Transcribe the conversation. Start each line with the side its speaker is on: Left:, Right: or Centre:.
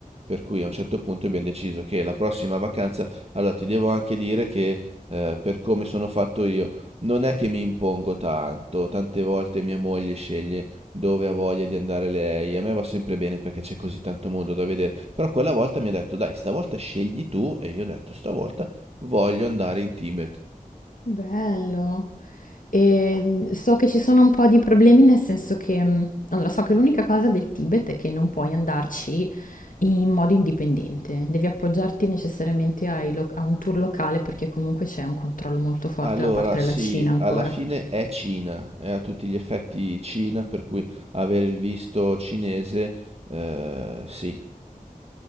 Right: Per cui a un certo punto abbiamo deciso che la prossima vacanza, allora ti devo anche dire che eh, per come sono fatto io, non è che mi impongo tanto, tante volte mia moglie sceglie dove ha voglia di andare lei, a me va sempre bene perché c'è così tanto mondo da vedere, però quella volta mi ha detto dai, stavolta scegli tu e io ho detto stavolta voglio andare in Tibet.
Left: Bello. Ehm, so che ci sono un po' di problemi nel senso che, mhmm, allora so che l'unica cosa del Tibet è che non puoi andarci in modo indipendente, devi appoggiarti necessariamente ai loc a un tour locale perché comunque c'è un controllo molto forte
Right: Allora,
Left: da parte
Right: sì,
Left: della Cina ancora.
Right: alla fine è Cina, è a tutti gli effetti Cina, per cui avere il visto cinese, eh, sì,